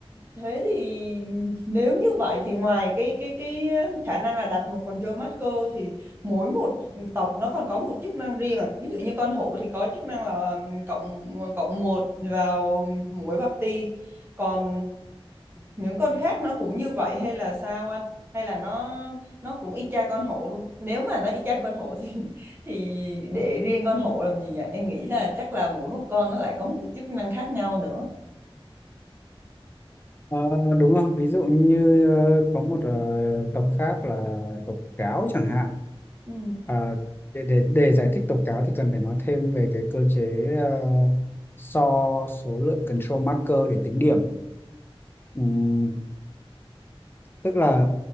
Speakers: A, on the right; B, on the left.
A: thế thì nếu như vậy thì ngoài cái cái cái khả năng là đặt một con Joe Marco thì mỗi một tộc nó còn có một chức năng riêng à ví dụ như con hổ thì có chức năng là ừm, cộng cộng một vào muối bạc ti còn những con khác nó cũng như vậy hay là sao anh hay là nó nó cũng y chang con hổ luôn nếu mà nó y chang con hổ thì <laughs> thì để riêng con hổ làm gì nhỉ em nghĩ là chắc là mỗi một con nó lại có một cái chức năng khác nhau nữa
B: Ờ, đúng rồi, ví dụ như ờ, có một ờ, tộc khác là tộc cáo chẳng hạn.
A: ừ.
B: À, để, để, để giải thích tộc cáo thì cần phải nói thêm về cái cơ chế ờ, so số lượng control marker để tính điểm. Ừm, tức là